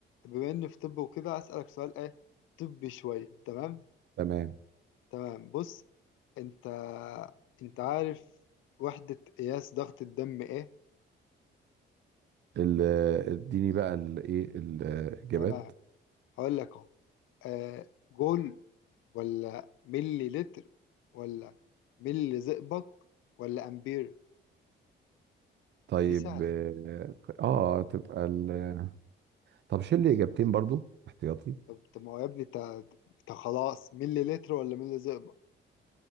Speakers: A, on the left; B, on the right.
A: بما اني في طب وكده اسالك سؤال ايه طبي شوية تمام
B: تمام
A: تمام بص انت انت عارف وحدة قياس ضغط الدم ايه
B: ال- اديني بقى الايه الاجابات
A: تمام هقول لك اهو آه جول ولا ملي لتر ولا ملي زئبق ولا امبير
B: طيب
A: دي سهل
B: اه آه، تبقى ال... طب شيل لي اجابتين برضو احتياطي
A: طب طب ما هو يا ابني انت انت خلاص ملي لتر ولا ملي زئبق